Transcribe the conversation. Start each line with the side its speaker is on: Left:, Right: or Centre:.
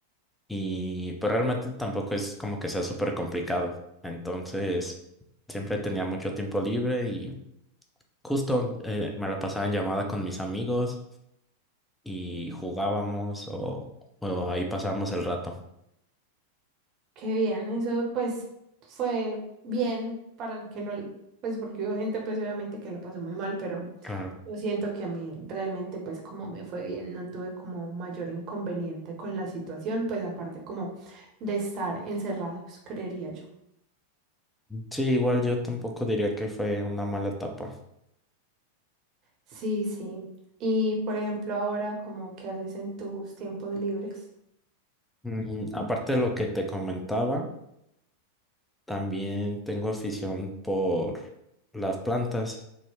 Centre: y pues realmente tampoco es como que sea súper complicado. Entonces, siempre tenía mucho tiempo libre y justo eh, me la pasaba en llamada con mis amigos y jugábamos o, o ahí pasábamos el rato.
Right: Qué bien, eso pues fue bien para el que no, pues porque hubo gente pues obviamente que la pasó muy mal, pero
Centre: Claro.
Right: yo siento que a mí realmente pues como me fue bien, no tuve como mayor inconveniente con la situación, pues aparte como de estar encerrados, creería yo.
Centre: Sí, igual yo tampoco diría que fue una mala etapa.
Right: Sí, sí. Y por ejemplo ahora como qué haces en tus tiempos libres.
Centre: Mm, aparte de lo que te comentaba, también tengo afición por las plantas.